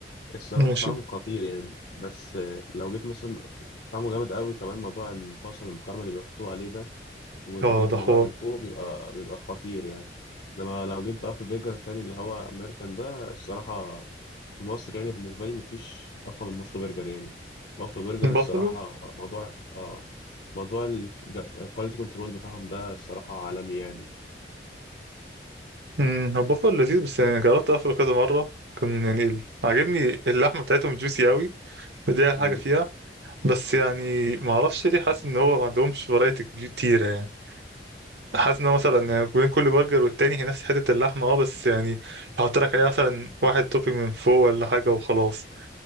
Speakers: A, on the left; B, on the right.
A: الصراحة
B: ماشي
A: طعمه خطير يعني بس آه، لو جيت مثلا طعمه جامد قوي كمان موضوع البصل المكرمل اللي بيحطوه عليه ده والجبنة
B: اه ده حوار
A: بقى من فوق بيبقى بيبقى خطير يعني لما لو جيت بقى في البرجر التاني اللي هو أمريكان ده الصراحة في مصر يعني بالنسبة لي مفيش أقوى من بافلو برجر يعني بافلو برجر الصراحة
B: بافلو
A: موضوع اه موضوع الكواليتي كنترول بتاعهم ده الصراحة عالمي يعني
B: امم هو بافلو لذيذ بس يعني جربت اقفله كذا مره كان يعني ال- عاجبني اللحمه بتاعتهم جوسي قوي ودي احلى
A: مم.
B: حاجه فيها بس يعني ما اعرفش ليه حاسس ان هو ما عندهمش فرايتي كتيره يعني حاسس ان هو مثلا يعني بين كل برجر والتاني هي نفس حته اللحمه اه بس يعني احط لك عليها مثلا واحد توبينج من فوق ولا حاجه وخلاص